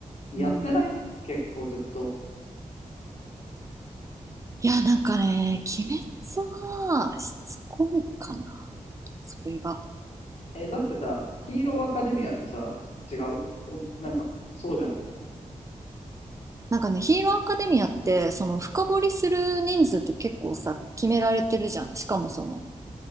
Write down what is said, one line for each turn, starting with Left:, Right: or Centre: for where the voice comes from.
Left: やってない結構ずっと。
Right: うん。いや、なんかね、鬼滅はしつこいかな、それが。
Left: え、だってさ、ヒーローアカデミアってさ、違うお、なんか、そうじゃない
Right: なんかね、ヒーローアカデミアって、その深掘りする人数って結構さ、決められてるじゃん。しかもその、